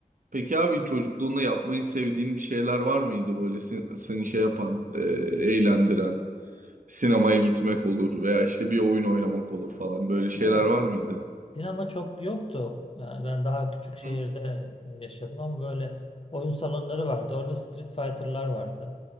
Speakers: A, on the right (about 60°); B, on the left (about 35°).
A: Peki abi çocukluğunda yapmayı sevdiğin bir şeyler var mıydı böyle sen- seni şey yapan, e, eğlendiren? Sinemaya gitmek olur veya işte bir oyun oynamak olur falan. Böyle şeyler
B: Evet.
A: var mıydı?
B: Sinema çok yoktu. Yani ben daha küçük şehirde
A: Hı.
B: e, yaşadım ama böyle oyun salonları vardı. Orada Street Fighter'lar vardı.